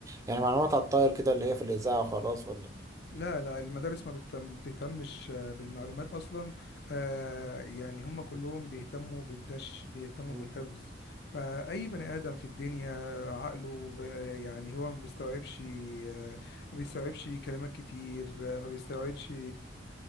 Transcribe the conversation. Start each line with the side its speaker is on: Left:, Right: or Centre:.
Right: يعني معلومات على الطاير كده اللي هي في الإذاعة وخلاص ولا
Left: لا لا المدارس ما بت- ما بتهتمش آه، بالمعلومات اصلا آه، يعني هم كلهم بيهتموا بالدش بيهتموا
Right: مم.
Left: بالحفظ فاي بني ادم في الدنيا عقله ب- يعني هو ما بيستوعبش آه، ما بيستوعبش كلمات كتير آه، ما بيستوعبش